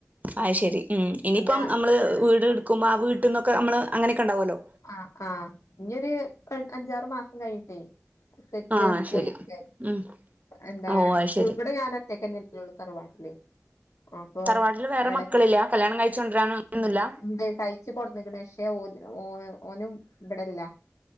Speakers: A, on the right (about 30°); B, on the left (about 80°).
A: ആ ശരി ഉം ഇനിയിപ്പം
B: ഞാ
A: മ്മള് വീട് എടുക്കുമ്പോ ആ വീട്ടിന്നൊക്ക മ്മള് അങ്ങനെക്കൊണ്ടാവുല്ലോ
B: ആഹ് ആഹ് ഇനിയൊരു അഞ്ചാറ് മാസം കഴിഞ്ഞിട്ട് സെറ്റ്
A: ആഹ്
B: പോയിക്ക
A: ശരി ഉം
B: എന്താ
A: ഓ അത് ശരി
B: ഇവിടെ ഞാനൊറ്റക്ക് ഉമ്മയും ഉപ്പയൊള്ളു തറവാട്ടില് അപ്പ
A: തറവാട്ടില് വേറെ
B: ഇളച്ച്
A: മക്കളില്ല കല്യാണം കഴിച്ച് കൊണ്ടരാനോ അങ്ങനൊന്നുമില്ല
B: മ് എന്ത്‌ തയ്ച്ച് കൊടുന്ന്ക്ക്ണ് ശെ ഓ ഓ ഓനും ഇവിടില്ല